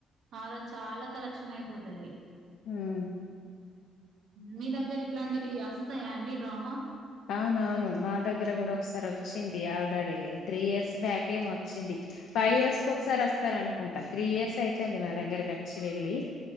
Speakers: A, on the right; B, on the left.
A: ఆ రోజు చాలా కలెక్షన్ అయిపోతది
B: ఉమ్మ్
A: మీ దగ్గర ఇట్లాంటివి వస్తాయా అండి డ్రామా
B: అవునవును మా దగ్గర కూడా ఒకసారి వచ్చింది ఆల్రెడీ త్రీ ఇయర్స్ బ్యాక్ఏమో వచ్చింది ఫైవ్ ఇయర్స్ కి ఒకసారి వస్తారు అనుకుంటా త్రీ ఇయర్స్ అయితుంది మా దగ్గరకి వచ్చి వెళ్ళి